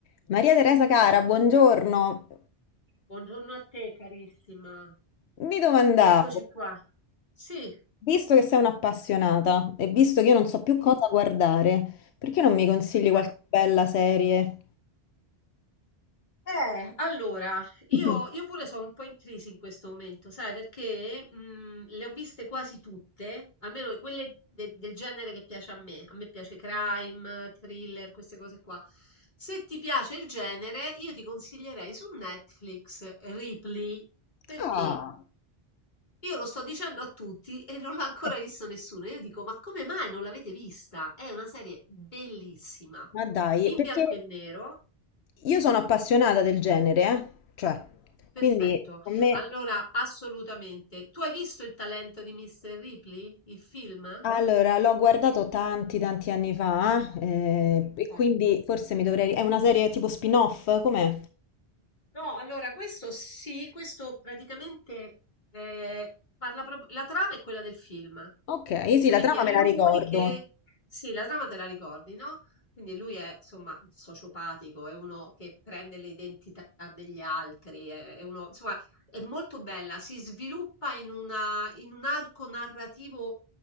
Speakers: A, on the left; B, on the left.
A: Maria Teresa cara, buongiorno.
B: Buongiorno a te carissima,
A: Mi domandavo,
B: eccoci qua. Sì,
A: visto che sei un'appassionata e visto che io non so più
B: sì.
A: cosa guardare, perché non mi consigli qualche
B: Eh,
A: bella serie?
B: Eh, allora, io,
A: <laughs>
B: io pure sono un po' in crisi in questo momento, sai, perché mm, le ho viste quasi tutte, almeno quelle de- del genere che piace a me. A me piace crime, thriller, queste cose qua. Se ti piace il genere, io ti consiglierei su Netflix Ripley, perché
A: Ah,
B: Io lo sto dicendo a tutti e non l'ha ancora
A: eh,
B: visto nessuno. Io dico: "Ma come mai non l'avete vista?" È una serie bellissima,
A: ma dai,
B: in
A: perché
B: bianco e nero,
A: io sono appassionata del genere, eh? Cioè,
B: perfetto.
A: quindi a me...
B: Allora, assolutamente. Tu hai visto Il talento di Mr. Ripley? Il film?
A: Allora, l'ho guardato tanti tanti anni fa, eh,
B: Perfetto.
A: e quindi forse mi dovrei... È una serie tipo spin-off, com'è?
B: No, allora questo sì, questo praticamente eh, parla proprio la trama è quella del film.
A: Ok, sì,
B: Quindi
A: la trama
B: è
A: me
B: lui
A: la ricordo.
B: che... Sì, la trama te la ricordi, no? Quindi lui è, insomma, sociopatico, è uno che prende le identità degli altri, è, è uno... Insomma, è molto bella, si sviluppa in una, in un arco narrativo,